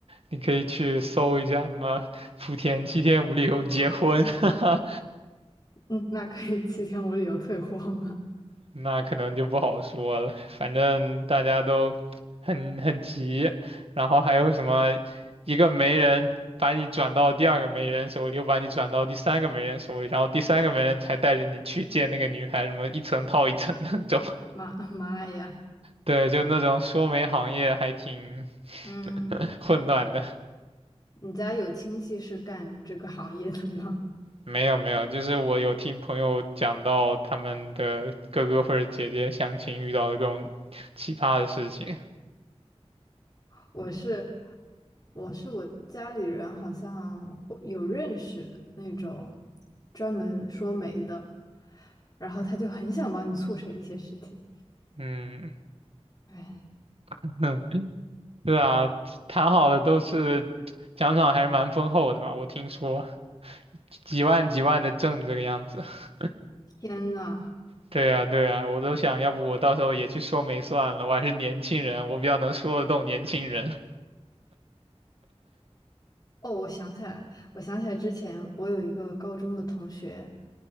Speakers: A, on the right (about 60°); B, on the left (about 35°).
A: 你可以去搜一下什么“福田七天无理由结婚” <laughs>
B: 嗯，那可以七天无理由退货吗？
A: 那可能就不好说了，反正大家都很很急，然后还有什么一个媒人把你转到第二个媒人手里，又把你转到第三个媒人手里，然后第三个媒人才带着你去见那个女孩，什么一层套一层的那种。<laughs>
B: 妈妈呀，
A: 对，就那种说媒行业还挺
B: 嗯，
A: <laughs> 混乱的。
B: 你家有亲戚是干这个行业的吗？
A: 没有没有，就是我有听朋友讲到他们的哥哥或者姐姐相亲遇到的各种奇葩的事情。
B: 我是我是我家里人好像会有认识那种专门说媒的，然后他就很想帮你促成一些事情。
A: 嗯。
B: 哎，
A: <laughs> 对啊，谈好了都是奖赏还是蛮丰厚的吧？我听说几万几万的挣这个样子。<laughs>
B: 天呐！
A: 对啊，对啊，我都想要不我到时候也去说媒算了，我还是年轻人，我比较能说得动年轻人。
B: 哦，我想起来，我想起来之前我有一个高中的同学，